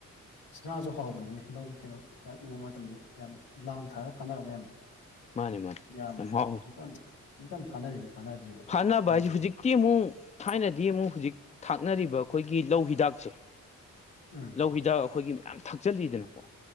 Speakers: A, on the left; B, on the left.
A: ꯉꯥꯁꯨ ꯍꯥꯎꯕꯅꯤꯅꯦ ꯂꯧ ꯀꯩꯅꯣ ꯎꯕ ꯃꯇꯝꯁꯦ ꯌꯥꯝꯌꯥꯝ ꯂꯥꯡ ꯊꯥꯔꯒ ꯐꯥꯅꯕ ꯃꯌꯥꯝꯗꯣ
B: ꯃꯥꯅꯦ ꯃꯥꯅꯦ
A: ꯌꯥꯝꯕꯅꯦ
B: ꯌꯥꯝ ꯍꯥꯎ
A: ꯍꯧꯖꯤꯛꯀꯥꯟ ꯍꯧꯖꯤꯛꯀꯥꯟ ꯐꯥꯅꯔꯤꯕ ꯐꯥꯅꯗ꯭ꯔꯤꯕ
B: ꯐꯥꯅꯕ
A: ꯈꯪꯗ꯭ꯔꯤ
B: ꯍꯥꯏꯁꯤꯦ ꯍꯧꯖꯤꯛꯇꯤ ꯑꯃꯨꯛ ꯊꯥꯏꯅꯗꯤ ꯑꯃꯨꯛ ꯍꯧꯖꯤꯛ ꯊꯥꯛꯅꯔꯤꯕ ꯑꯩꯈꯣꯏꯒꯤ ꯂꯧ ꯍꯤꯗꯥꯛꯁꯦ
A: ꯎꯝ
B: ꯂꯧꯕꯤꯗ ꯑꯩꯈꯣꯏꯒꯤ ꯃꯌꯥꯝ ꯊꯛꯆꯜꯂꯤꯗꯅꯀꯣ